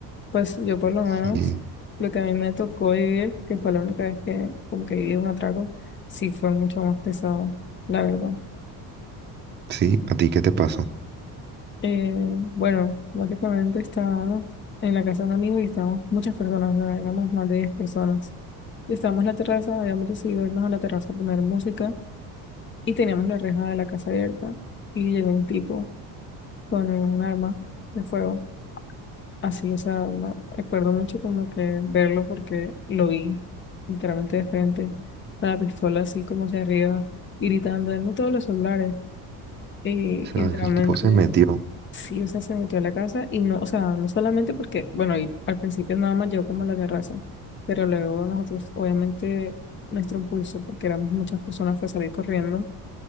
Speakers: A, on the left; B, on the right.
A: Pues yo por lo menos,
B: sí,
A: lo que a mí me tocó vivir, que fue la única vez que como que viví un atraco, sí fue mucho más pesado, la verdad.
B: sí, ¿a ti qué te pasó?
A: Eh, bueno, básicamente estaba en la casa de un amigo y estábamos muchas personas, ¿verdad? Éramos más de 10 personas. Y estábamos en la terraza, habíamos decidido irnos a la terraza a poner música y teníamos la reja de la casa abierta. Y llegó un tipo con un arma de fuego. Así, o sea, me acuerdo mucho como que verlo porque lo vi literalmente de frente, con la pistola así como hacia arriba, y gritando, denme todos los celulares. Y,
B: O sea,
A: y literalmente
B: el tipo se metió,
A: Sí, o sea, se metió a la casa y no, o sea, no solamente porque, bueno, y al principio nada más llegó como la terraza, pero luego nosotros, obviamente, nuestro impulso, porque éramos muchas personas, fue salir corriendo